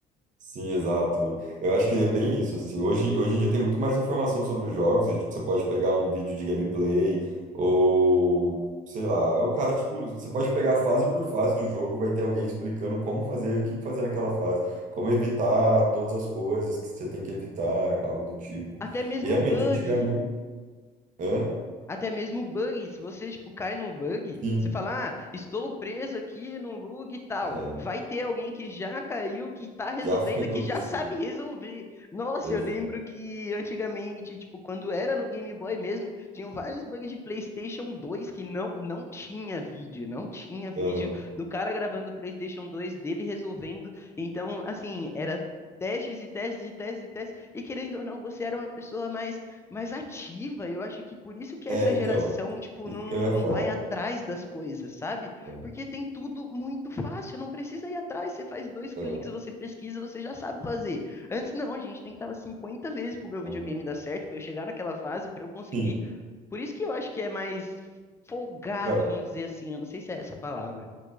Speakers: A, on the right; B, on the left.
A: Sim, exato. Eu acho que é bem isso, assim. Hoje, hoje em dia tem muito mais informação sobre os jogos e, tipo, você pode pegar um vídeo de gameplay ou, sei lá, é o cara, tipo, você pode pegar fase por fase do jogo, vai ter alguém explicando como fazer, o que fazer naquela fase, como evitar todas as coisas que você tem que evitar, algo do tipo.
B: Até mesmo
A: E realmente,
B: bug.
A: antigamente... Hã?
B: Até mesmo bug. Se você, tipo, cai num bug,
A: Sim,
B: você fala, ah, estou preso aqui num bug e tal.
A: é,
B: Vai ter alguém que já caiu, que tá resolvendo,
A: já <laughs> foi acontecer.
B: que já sabe resolver. Nossa,
A: Exato.
B: eu lembro que antigamente, tipo, quando era no Game Boy mesmo, tinham vários bugs de PlayStation 2 que não, não tinha vídeo. Não tinha vídeo
A: Aham.
B: do cara gravando o PlayStation 2, dele resolvendo. Então, assim, era testes e testes e testes e testes. E querendo ou não, você era uma pessoa mais mais ativa. Eu acho que por isso que
A: É,
B: essa
A: então,
B: geração, tipo,
A: isso
B: não,
A: que eu ia
B: não
A: falar.
B: vai atrás das coisas, sabe?
A: É,
B: Porque tem tudo muito fácil, não precisa ir atrás. Você faz dois cliques,
A: é,
B: você pesquisa, você já sabe fazer. Antes, não, a gente tentava 50 vezes pro meu
A: aham.
B: videogame dar certo, para eu chegar naquela fase, para eu conseguir.
A: Sim.
B: Por isso que eu acho que é mais folgado,
A: Cara,
B: vamos dizer assim, eu não sei se é essa a palavra.